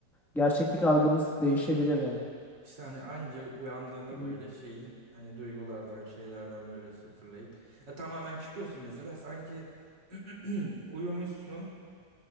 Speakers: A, in the centre; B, on the right.
A: gerçeklik algımız değişebilir yani.
B: İşte hani anca uyandığında
A: Hmm.
B: böyle şeyin hani duygulardan şeylerden böyle sıfırlayıp e, tamamen çıkıyorsun mesela sanki <clears throat> uyumuşsun